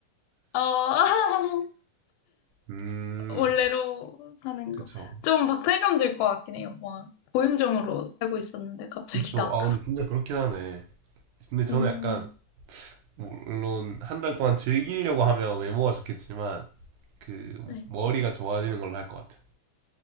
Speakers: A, on the left; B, on the right.
A: 어, <laughs>
B: 음,
A: 원래로 사는
B: 그쵸.
A: 거. 좀 박탈감 들 것 같긴 해요. 막 고윤정으로 살고 있었는데 갑자기
B: 그쵸.
A: 나.
B: 아, 근데 진짜 그렇긴 하네. 근데 저는
A: 음,
B: 약간 물론 한 달 동안 즐기려고 하면 외모가 좋겠지만 그
A: 네.
B: 머리가 좋아지는 걸로 할 것 같아요.